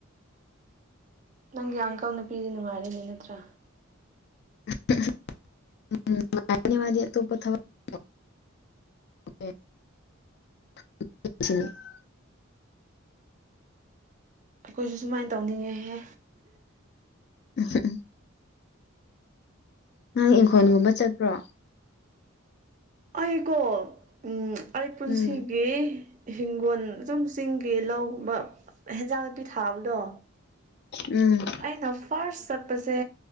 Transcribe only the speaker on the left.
<unintelligible> <inaudible>
ꯎꯝ ꯅꯪ ꯏꯪꯈꯣꯜꯒꯨꯝꯕ ꯆꯠꯄ꯭ꯔꯣ?
ꯎꯝ
ꯎꯝ